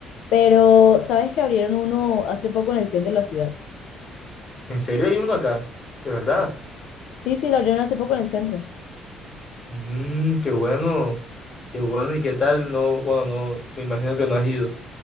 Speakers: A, on the left; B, on the left.
A: Pero ¿sabes que abrieron uno hace poco en el centro de la ciudad?
B: ¿En serio hay uno acá? ¿De verdad?
A: Sí, sí, lo abrieron hace poco en el centro.
B: Mm, qué bueno, qué bueno y qué tal. No, bueno, no, me imagino que no has ido